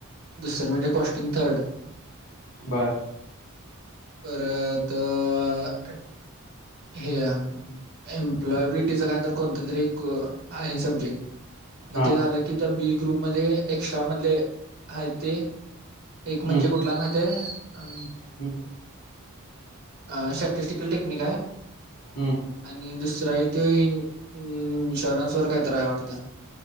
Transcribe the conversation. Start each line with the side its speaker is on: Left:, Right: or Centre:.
Right: दुसरं म्हणजे कॉस्टिंग थर्ड
Left: बरं
Right: परंत तं हे आं एम्प्लॉयबिलिटीचां कायं तरं कोणतं तरी एक आहे सब्जेक्टं मंग
Left: हां
Right: ते झालं की त्यां बी ग्रुपमंध्यें ले एक्स्ट्रां मंधले आहेतं ते एक म्हणजे
Left: हं
Right: कुंठलां माहिती आहे
Left: हं
Right: अं स्टॅटिस्टिंकलं टेक्निंक आहे
Left: हम्मं
Right: आणि दुसरा आहे तो इन्शुरन्स वरं कांहीतरी आहे वाटतं